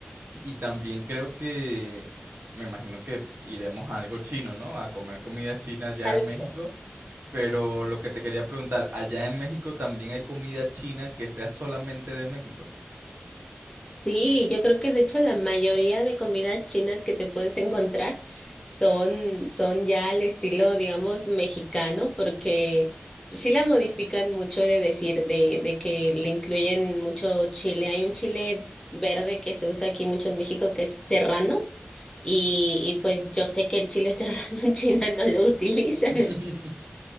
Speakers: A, on the right; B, on the left.
A: y también creo que, me imagino que iremos a algo chino, ¿no? A comer comida china allá
B: Tal
A: en México.
B: cual.
A: Pero lo que te quería preguntar, ¿allá en México también hay comida china que sea solamente de México?
B: Sí, yo creo que de hecho la mayoría de comidas chinas que te puedes encontrar son, son ya al estilo, digamos, mexicano, porque sí la modifican mucho he de decir, de, de que le incluyen mucho chile. Hay un chile verde que se usa aquí mucho en México que es serrano, y, y pues yo sé que el chile <laughs> serrano en China no lo utilizan,
A: <laughs>